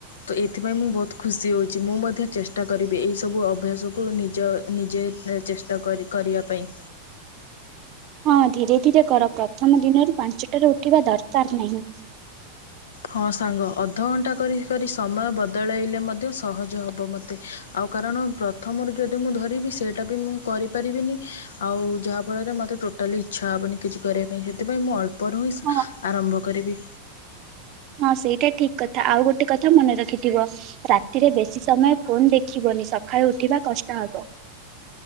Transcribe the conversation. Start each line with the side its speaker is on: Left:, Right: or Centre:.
Left: ତ ଏଥିପାଇଁ ମୁଁ ବହୁତ ଖୁସି ହେଉଛି। ମୁଁ ମଧ୍ୟ ଚେଷ୍ଟା କରିବି ଏଇସବୁ ଅଭ୍ୟାସକୁ ନିଜ ନିଜେ ଚେଷ୍ଟା କରି କରିବା ପାଇଁ
Right: ହଁ ଧୀରେ ଧୀରେ କର ପ୍ରଥମ ଦିନରୁ ପାଞ୍ଚଟାରୁ ଉଠିବା ଦରକାର ନାହିଁ।
Left: ହଁ ସାଙ୍ଗ ଅ ଅଧଘଣ୍ଟା କରି କରି ସମୟ ବଦଳାଇଲେ ମଧ୍ୟ ସହଜ ହେବ ମୋତେ ଆଉ କାରଣ ପ୍ରଥମରୁ ଯଦି ମୁଁ ଧରିବି ସେଇଟା ବି ମୁଁ କରିପାରିବିନି ଆଉ ଯାହାଫଳରେ ମୋତେ ଟୋଟାଲି ଇଚ୍ଛା ହେବନି କିଛି କରିବା ପାଇଁ ସେଥିପାଇଁ ମୁଁ ଅଳ୍ ଉପରୁ ହିଁ
Right: ହଁ
Left: ଆରମ୍ଭ କରିବି।
Right: ହଁ ସେଇଟା ଠିକ କଥା ଆଉ ଗୋଟେ କଥା ମନେ ରଖିଥିବ ରାତିରେ ବେଶୀ ସମୟ ଫୋନ ଦେଖିବନି ସକାଳୁ ଉଠିବା କଷ୍ଟ ହବ।